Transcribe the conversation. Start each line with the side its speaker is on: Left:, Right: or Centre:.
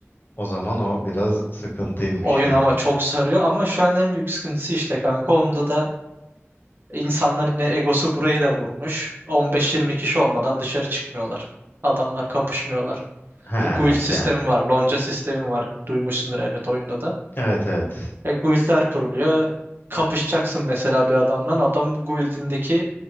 Left: O zaman o biraz sıkıntıymış
Right: Oyun
Left: yani.
Right: ama çok sarıyor ama şu an en büyük sıkıntısı işte kanka onda da İnsanlar yine egosu burayı da vurmuş. 15-20 kişi olmadan dışarı çıkmıyorlar. Adamlar kapışmıyorlar.
Left: He
Right: Bu guild sistemi
Left: yani.
Right: var, lonca sistemi var. Duymuşsundur elbet oyunda da.
Left: Evet evet.
Right: E, guildler kuruluyor. Kapışacaksın mesela bir adamdan. Adam guildindeki